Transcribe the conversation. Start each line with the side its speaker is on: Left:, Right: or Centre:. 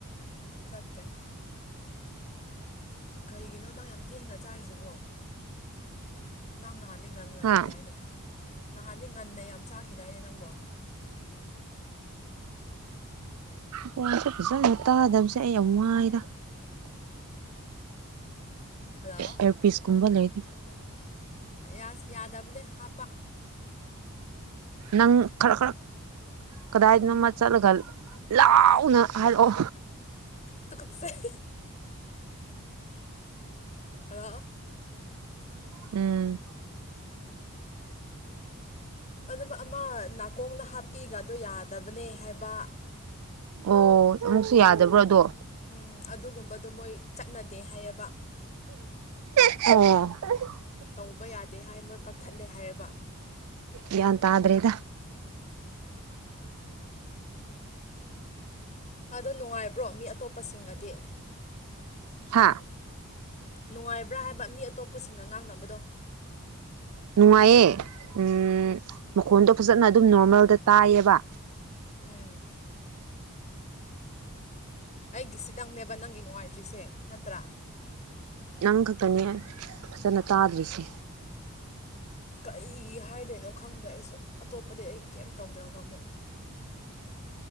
Left: ꯆꯠꯇꯦ ꯀꯔꯤꯒꯤꯅꯣ ꯅꯪ ꯌꯥꯝ ꯊꯦꯡꯉ ꯆꯥꯔꯤꯁꯤꯕꯣ ꯅꯪ ꯅꯍꯟ ꯅꯍꯥꯟꯗꯤ ꯉꯒꯟ ꯉꯟꯈꯤꯗꯥꯏꯅꯦ
Right: ꯍꯥ
Left: ꯅꯍꯥꯟꯗꯤ ꯉꯟꯅ ꯌꯥꯝ ꯆꯥꯈꯤꯗꯥꯏꯅꯦ ꯅꯪꯕꯣ
Right: ꯐꯣꯟꯁꯦ ꯐꯖꯅ ꯇꯥꯗꯕꯁꯦ ꯑꯩ ꯌꯥꯝ ꯋꯥꯏꯗ
Left: ꯍꯜꯂꯣ
Right: ꯏꯌꯥꯔꯄꯤꯁ ꯀꯨꯝꯕ ꯂꯩꯔꯥꯗꯤ ꯐ
Left: ꯌꯥꯁ ꯌꯥꯗꯕꯅꯦ ꯍꯥꯞꯄ
Right: ꯅꯪ ꯈꯔ ꯈꯔ ꯀꯗꯥꯏꯗꯅꯣ ꯑꯃ ꯆꯠꯂꯒ ꯂꯥꯎꯅ ꯍꯥꯏꯔꯛꯑꯣ
Left: ꯇꯨ ꯒꯠꯆꯩ ꯍꯜꯂꯣ
Right: ꯎꯝ
Left: ꯑꯗꯨꯝ ꯑꯃ ꯅꯥꯀꯣꯡꯅ ꯍꯥꯞꯄꯤꯒꯗꯣ ꯌꯥꯗꯕꯅꯦ ꯍꯥꯏꯕ
Right: ꯑꯣ ꯑꯃꯨꯛꯁꯨ ꯌꯥꯗꯕ꯭ꯔꯣ ꯑꯗꯣ
Left: ꯎꯝ ꯑꯗꯨꯒꯨꯝꯕꯗꯣ ꯃꯣꯏ ꯆꯠꯅꯗꯦ ꯍꯥꯏꯌꯦꯕ
Right: <unintelligible>
Left: ꯇꯧꯕ ꯌꯥꯗꯦ ꯍꯥꯏ ꯃꯣꯏ ꯀꯛꯊꯠꯂꯦ ꯍꯥꯏꯌꯦꯕ
Right: ꯒꯤꯌꯟ ꯇ꯭ꯔꯦꯗ
Left: ꯑꯗꯣ ꯅꯨꯡꯉꯥꯏꯕ꯭ꯔꯣ ꯃꯤ ꯑꯇꯣꯞꯄꯁꯤꯡꯒꯗꯤ
Right: ꯍꯥꯥ
Left: ꯅꯨꯡꯉꯥꯏꯕ꯭ꯔꯥ ꯍꯥꯏꯕ ꯃꯤ ꯑꯇꯣꯞꯄꯁꯤꯡꯒ ꯉꯥꯡꯅꯕꯗꯣ
Right: ꯅꯨꯡꯉꯥꯏꯌꯦ ꯎꯝ ꯃꯈꯣꯟꯗꯣ ꯐꯖꯅ ꯑꯗꯨꯝ ꯅꯣꯔꯃꯦꯜꯗ ꯇꯥꯏꯌꯦꯕ
Left: ꯎꯝ ꯑꯩꯒꯤꯁꯤꯗꯪꯅꯦꯕ ꯅꯪꯒꯤ ꯅꯨꯡꯉꯥꯏꯇ꯭ꯔꯤꯁꯦ ꯅꯠꯇ꯭ꯔꯥ
Right: ꯅꯪ ꯈꯛꯇꯅꯦ ꯐꯖꯅ ꯇꯥꯗ꯭ꯔꯤꯁꯦ
Left: ꯀꯩꯒꯤ ꯍꯥꯏꯗꯣꯏꯅꯣ ꯈꯪꯗꯦ ꯑꯩꯁꯨ ꯑꯇꯣꯞꯄꯗꯤ ꯑꯩ ꯀꯩꯝ ꯇꯧꯗ꯭ꯔꯒ ꯑꯃꯨꯛ